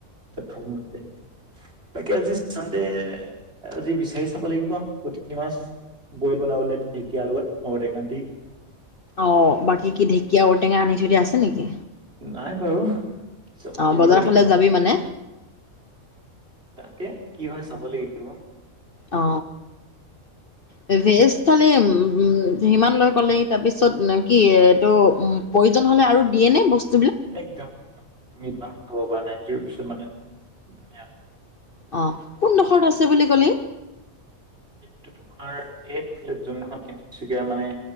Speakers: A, on the right; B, on the left.
A: খাব? তাকাকে আজি ছানডে। আজি বিচাৰি চাব লাগিব পুঠি মাছ বইল বনাবলে ঢেকীয়াৰ লগত ঔটেঙা দি।
B: অ বাকী কি ঢেকীয়া ঔটেঙা আনি থৈ দ আছে নেকি?
A: নাই বাৰু চব
B: অ',
A: কিনিব
B: বজাৰৰ
A: লাগিব।
B: ফালে যাবি মানে
A: তাকে কি হয় চাব লাগিব।
B: অ <unintelligible> কালি সিমান লৈ ক'লে তাৰপিছত কি এইটো প্ৰয়োজন হ'লে আৰু দিয়ে ন বস্তু?
A: একদম, একদম তুমি মানে কব পাৰ নাই ইট পিছত মানে ধুনীয়া।
B: অ কোনডোখৰত আছে বুলি কলে।
A: সটো তোমাৰ এইফ যোনখন মানে।